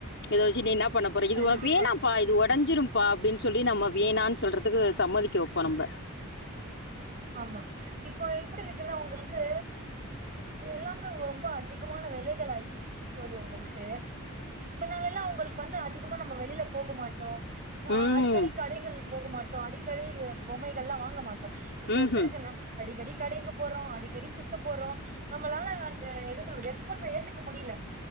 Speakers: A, on the left (about 55°); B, on the right (about 35°).
A: இத வச்சு நீ என்னா பண்ண போற இது
B: கண்டிப்பா
A: ஒனக்கு வேணாப்பா இது ஒ டஞ்சுரும்பா அப்டின் சொல்லி நம்ம வேணான் சொல்றதுக்கு சம்மதிக்க வப்போ நம்ப
B: ஆமா இப்போ எப்புடி இருக்குன்னா அவுங்களுக்கு அது எல்லாமே ரொம்ப அதிகமா வெலைகள் ஆச்சு தோழி உங்கள்கு இதுனாலல்லா உங்களுக்கு வந்து அ திகமா நம்ம வெளில போக மாட்டோ
A: ம்
B: அடிக்கடி கடைகள் போக மாட்டோ அடிக்கடி பொம்மைகள்லா வாங்க மாட்டோ இப்ப
A: ம்ஹும்.
B: எப்பிட்ருக்குன்னா அடிக்கடி கடைக்கு போ றோ அடிக்கடி சுத்த போறோ நம்மளால அந்த என்ன சொல்றது எக்ஸ்பன்ஸ‌ ஏத்துக்க முடில